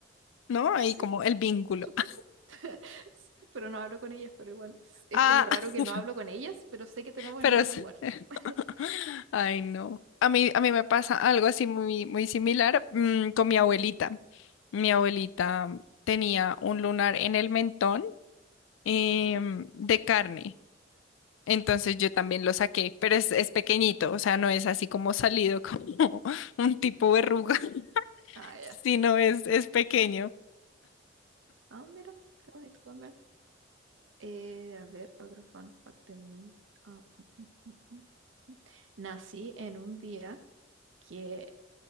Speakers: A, on the left (about 80°); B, on the right (about 90°).
A: ¿no?
B: Sí,
A: Ahí como el vínculo.
B: supongo.
A: <laughs>
B: <laughs> Sí, Pero no hablo con ellas, pero igual es es
A: Ah,
B: como raro que no
A: <laughs>
B: hablo con ellas, pero sé que tenemos
A: pero
B: el mismo
A: es-
B: lugar.
A: <laughs>
B: <laughs>
A: ay, no. A mí, a mí me pasa algo así muy, muy similar, mm, con mi abuelita. Mi abuelita tenía un lunar en el mentón, em,
B: ¿Ya?
A: de carne. Entonces yo también lo saqué, pero es, es pequeñito, o sea, no es así como salido como <laughs> un tipo verruga, <laughs>
B: Ah, ya.
A: sino es, es pequeño.
B: Ah, mira, qué bonito también. Eh, a ver, otro fun fact de mí. Ah, mm, mm, mm, mm, mm. Nací en un día que